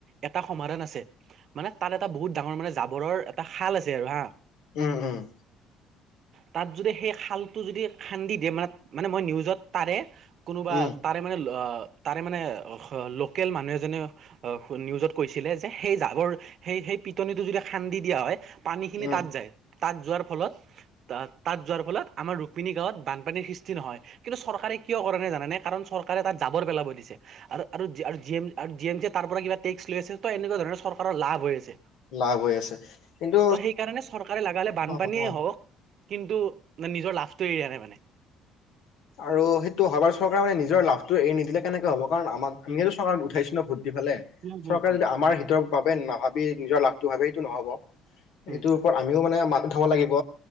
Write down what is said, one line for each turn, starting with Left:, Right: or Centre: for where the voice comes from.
Right: এটা সমাধান আছে মানে তাত এটা বহুত ডাঙৰ মানে জাবৰৰ এটা খাল আছে আৰু হা।
Left: উম! উম!
Right: তাত যদি সেই খালটো যদি খান্দি দিয়ে মানে মানে মই নিউজত তাৰে কোনোবা
Left: উম,
Right: তাৰে মানে অ তাৰে মানে লোকেল মানুহ এজনে নিউজত কৈছিলে যে সেই জাবৰ সেই সেই পিটনিটো যদি খান্দি দিয়া হয় পানীখিনি
Left: উম,
Right: তাত যায়। তাত যোৱাৰ ফলত তাত যোৱাৰ ফলত আমাৰ ৰুক্মিণী গাঁৱত বানপানীৰ সৃষ্টি নহয় কিন্তু চৰকাৰে কিয় কৰে নাই জান নাই কাৰণ চৰকাৰে তাত জাবৰ পেলাব দিছে আৰু আৰু জি এম চ তাৰ পৰা কিবা লৈ আছে এনেকুৱ ধৰণৰ চৰকাৰৰ লাভ হৈ আছে।
Left: লাভ হৈ আছে। কিন্তু
Right: ত' সেইকাৰণে চৰকাৰে লগালে বানপানীয়ে
Left: অ', অ'।
Right: হওঁক কিন্তু নিজৰ লাভটো এৰি দিয়া নাই মানে।
Left: আৰু সেইটো সবাৰ চৰকাৰ মানে নিজৰ লাভটো এৰি নিদিলে, কেনেকে হব কাৰণ আমিয়ে চৰকাৰক উঠাইছো ভুট। সেইফালে,
Right: উম, হুম,
Left: চৰকাৰে
Right: হুম,
Left: যদি আমাৰ <unintelligible> বাবে নাভাবি নিজৰ লাভটো ভাবে সেইটো নহ'ব। সেইটোৰ
Right: হুম,
Left: ওপৰত আমিও মানে, মাত উঠাব লাগিব।